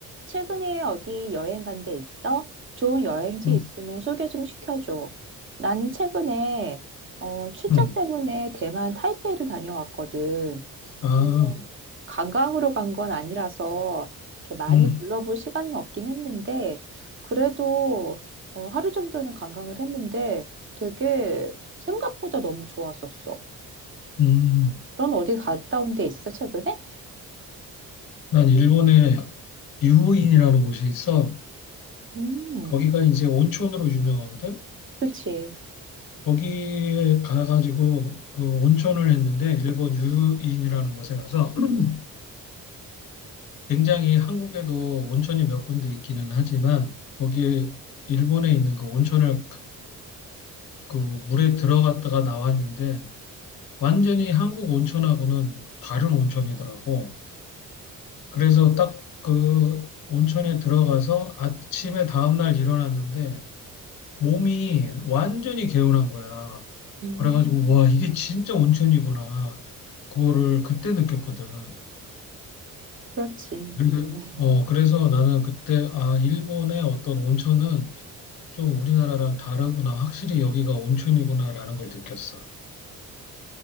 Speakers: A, on the right; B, on the left.
A: 최근에 어디 여행 간 데 있어? 좋은 여행지
B: 음,
A: 있으면 소개 좀 시켜줘. 난 최근에 어, 출장
B: 음,
A: 때문에 대만 타이페이를 다녀왔거든.
B: 아,
A: 물론 관광으로 간 건 아니라서 이렇게 많이
B: 음,
A: 둘러볼 시간은 없긴 했는데 그래도 어, 하루 정도는 관광을 했는데 되게 생각보다 너무 좋았었어.
B: 음.
A: 넌 어디 갔다 온 데 있어, 최근에?
B: 난 일본에 유인이라는 곳이 있어.
A: 음,
B: 거기가 이제 온천으로 유명하거든.
A: 그치.
B: 거기에 가가지고 그 온천을 했는데 일본 유인이라는 곳에 가서 <clears throat> 굉장히 한국에도 온천이 몇 군데 있기는 하지만 거기에 일본에 있는 그 온천을 그 물에 들어갔다가 나왔는데 완전히 한국 온천하고는 다른 온천이더라고. 그래서 딱 그 온천에 들어가서 아침에 다음날 일어났는데 몸이 완전히 개운한 거야.
A: 음,
B: 그래가지고 와 이게 진짜 온천이구나. 그거를 그때 느꼈거든.
A: 그렇지.
B: 그래서
A: 음.
B: 어 그래서 나는 그때 아 일본의 어떤 온천은 좀 우리나라랑 다르구나. 확실히 여기가 온천이구나라는 걸 느꼈어.